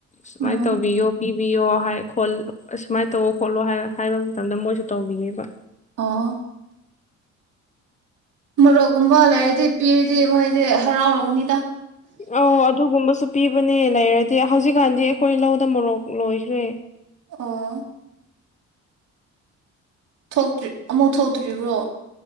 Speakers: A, on the left; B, on the right.
A: ꯁꯨꯃꯥꯏꯅ
B: ꯎꯝ
A: ꯇꯧꯕꯤꯌꯣ ꯄꯤ ꯕꯤꯌꯣ ꯍꯥꯏ ꯈꯣꯠ ꯑꯃꯥꯏꯅ ꯇꯧꯋꯣ ꯈꯣꯠꯂꯣ ꯍꯥꯏ ꯍꯥꯏꯕ ꯃꯇꯝꯗ ꯃꯣꯏꯁꯨ ꯇꯧꯕꯤꯌꯦꯦꯕ
B: ꯑꯣ ꯃꯣꯔꯣꯛꯀꯨꯝꯕ ꯂꯩꯔꯗꯤ ꯄꯤꯔꯗꯤ ꯃꯣꯏꯗꯤ ꯍꯔꯥꯎꯔꯒꯅꯤꯗ
A: ꯑꯣ ꯑꯗꯨꯒꯨꯝꯕ ꯁ ꯄꯤꯕꯅꯦ ꯂꯩꯔꯗꯤ ꯍꯧꯖꯤꯛꯀꯥꯟꯗꯤ ꯑꯩꯈꯣꯏ ꯂꯧꯗ ꯃꯣꯔꯣꯛ ꯂꯣꯏꯈ꯭ꯔꯦ
B: ꯑꯣ ꯇ꯭ ꯑꯃꯨꯛ ꯊꯣꯛꯇ꯭ꯔꯤꯕ꯭ꯔꯣ